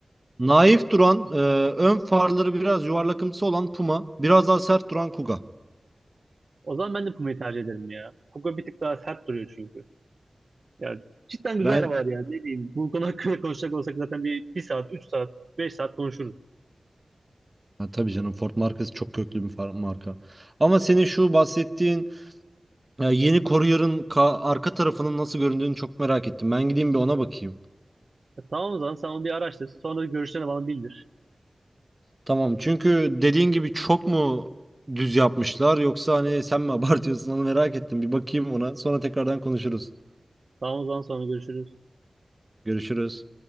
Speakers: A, on the right; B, on the right.
A: Naif duran, e, ön farları biraz yuvarlakımsı olan Puma, biraz daha sert duran Kuga.
B: O zaman ben de Kuma'yı tercih ederim ya. Kogo bir tık daha sert duruyor çünkü. Ya cidden güzel
A: Ben
B: arabalar ya. Ne diyeyim, bu konu hakkında konuşacak olsak zaten bir, bir saat, üç saat, beş saat konuşuruz.
A: ha, tabii canım Ford markası çok köklü bir far- marka. Ama senin şu bahsettiğin e, yeni Courier'ın ka- arka tarafının nasıl göründüğünü çok merak ettim. Ben gideyim bir ona bakayım.
B: Ya tamam o zaman sen onu bir araştır. Sonra görüşlerini bana bildir.
A: Tamam çünkü dediğin gibi çok mu düz yapmışlar yoksa hani sen mi <laughs> abartıyorsun onu merak ettim. Bir bakayım ona sonra tekrardan konuşuruz.
B: Tamam o zaman sonra görüşürüz.
A: Görüşürüz.